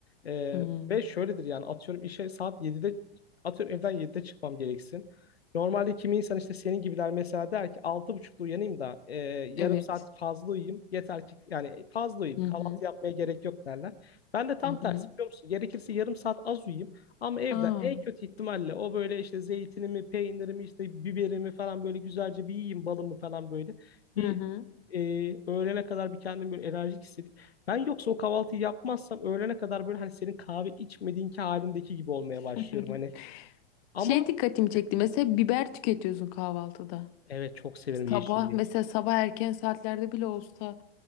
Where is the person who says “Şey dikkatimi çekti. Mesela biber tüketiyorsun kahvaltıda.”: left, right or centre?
Left